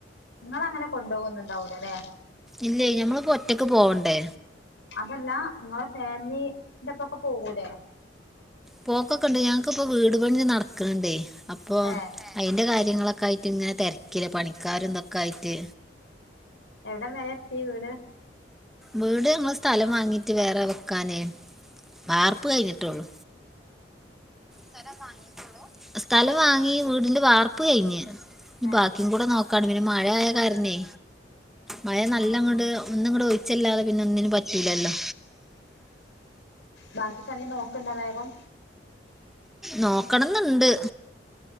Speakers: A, on the left; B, in the centre.
A: നിങ്ങളെങ്ങനെ കൊണ്ടൊവോന്നും ണ്ടാകൂലലെ
B: ഇല്ലെയ് നമ്മളിപ്പോ ഒറ്റക്ക് പോവണ്ടേ
A: അതല്ല നിങ്ങളെ ഫാമിലിന്റെപ്പൊക്കെ പോകൂലേ
B: പോക്കൊക്കെ ഉണ്ട് ഞങ്ങക്കിപ്പോ വീട് പണി നടക്ക്ണണ്ടേയ് അപ്പോ
A: ഏഹ്
B: എഹ് അതിന്റെ കാര്യങ്ങളൊക്കെ ആയിട്ട് ഇങ്ങനെ തിരക്കില്ല പണിക്കാര എന്തൊക്കെ ആയിട്ട്
A: എവിടം വരെ എത്തി വീട്
B: വീട് നമ്മൾ സ്ഥലം വാങ്ങീട്ട് വേറെ വെക്കാനേ വാർപ്പ് കഴിഞ്ഞിട്ടുള്ളൂ സ്ഥലം വാങ്ങിട്ടൊള് സ്ഥലം വാങ്ങി വീടിന്റെ വാർപ്പ് കഴിഞ്ഞ്
A: ഏഹ്
B: ബാക്കിയും കൂടെ നോക്ക കട്മി മഴായ കാരണേ മഴ നല്ലങ്ങട്
A: ആഹ് ആഹ്
B: ഒന്നങ്ങട് ഒഴിച്ചല്ലാതെ പിന്നെ ഒന്നിനും പറ്റൂലല്ലോ
A: ബാക്കി തന്നെ നോക്കണ്ട വേഗം
B: നോക്കണംന്നുണ്ട്